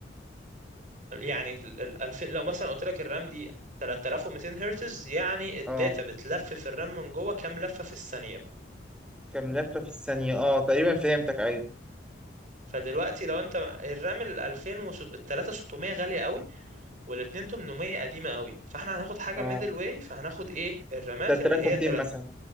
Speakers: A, on the right (about 40°); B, in the centre.
A: يعني ال ال- 2000 لو مثلا قلت لك الرام دي 3200 هرتز يعني الداتا
B: اه
A: بتلف في الرام من جوه كام لفة في الثانية
B: كم لفة في الثانية اه تقريبا فهمتك ايوه
A: فدلوقتي لو انت الرام ال 2000 و ال 3600 غالية قوي وال 2800 قديمة قوي فاحنا هناخد حاجة
B: اه
A: ميدل واي فهناخد ايه الرامات
B: 3200
A: اللي هي 3
B: مثلا